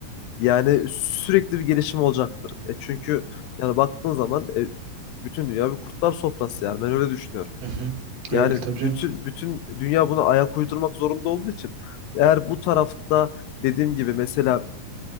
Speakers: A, on the left; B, on the right.
A: yani sürekli bir gelişim olacaktır. E, çünkü yani baktığın zaman e, bütün dünya bir kurtlar sofrası yani ben öyle düşünüyorum.
B: Hı hı.
A: Yani
B: Öyle tabii canım.
A: bütün bütün dünya buna ayak uydurmak zorunda olduğu için eğer bu tarafta dediğim gibi mesela